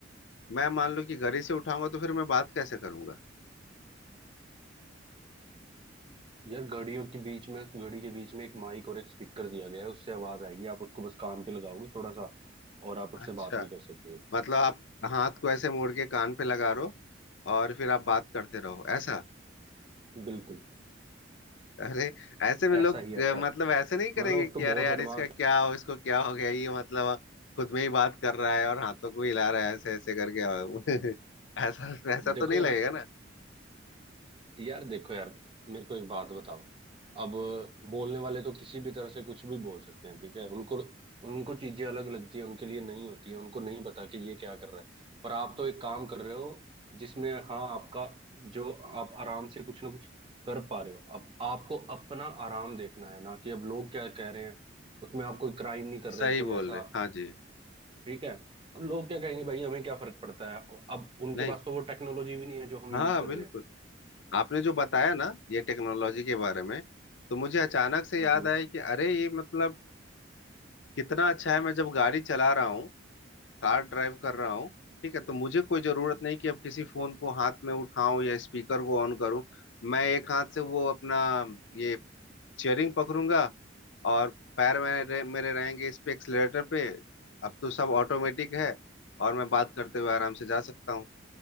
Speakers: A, on the left (about 70°); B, on the right (about 30°).
A: मैं मान लो कि घर ही से उठाऊंगा तो फिर मैं बात कैसे करूंगा
B: यार घड़ियों के बीच में घड़ी के बीच में एक माइक और एक स्पीकर दिया गया है उससे आवाज आएगी आप उसको बस कान पे लगाओगे थोड़ा सा और आप उससे
A: अच्छा
B: बात भी कर सकोगे
A: मतलब आप हाथ को ऐसे मोड़ के कान पे लगा रहो और फिर आप बात करते रहो ऐसा
B: बिल्कुल
A: अरे ऐसे में
B: ऐसा
A: लोग
B: ही ऐसा
A: अ, मतलब
B: ही
A: ऐसे नहीं करेंगे
B: मतलब अब
A: कि
B: तो
A: अरे
B: बहुत
A: यार
B: एडवांस
A: इसका क्या हो इसको क्या हो गया ये मतलब खुद में ही बात कर रहा है और हाथों को हिला रहा है ऐसे ऐसे करके <laughs> ऐसा ऐसा तो
B: देखो
A: नहीं
B: यार
A: लगेगा ना
B: यार देखो यार मेरे को एक बात बताओ अब बोलने वाले तो किसी भी तरह से कुछ भी बोल सकते हैं ठीक है उनको उनको चीजें अलग लगती है उनके लिए नहीं होती है उनको नहीं पता कि ये क्या कर रहा है पर आप तो एक काम कर रहे हो जिसमें हाँ आपका जो आप आराम से कुछ ना कुछ कर पा रहे हो अब आपको अपना आराम देखना है ना कि अब लोग क्या कह रहे हैं उसमें आप कोई क्राइम नहीं कर रहे
A: सही
B: कोई
A: बोल
B: ऐसा
A: रहे हैं। हाँ जी
B: ठीक है अब लोग क्या कहेंगे भाई हमें क्या फर्क पड़ता है अब उनके
A: नहीं
B: पास तो वो टेक्नोलॉजी भी नहीं है जो हम
A: हाँ
B: यूज कर
A: बिल्कुल
B: रहे हैं
A: आपने जो बताया ना ये टेक्नोलॉजी के बारे में तो मुझे अचानक से
B: हम्म
A: याद आया कि अरे ये मतलब कितना अच्छा है मैं जब गाड़ी चला रहा हूँ कार ड्राइव कर रहा हूँ ठीक है तो मुझे कोई जरूरत नहीं कि अब किसी फोन को हाथ में उठाऊं या स्पीकर को ऑन करूं मैं एक हाथ से वो अपना ये चेयरिंग पकड़ूंगा और पैर मेरे मेरे रहेंगे इस पे एक्सलेटर पे अब तो सब ऑटोमेटिक है और मैं बात करते हुए आराम से जा सकता हूँ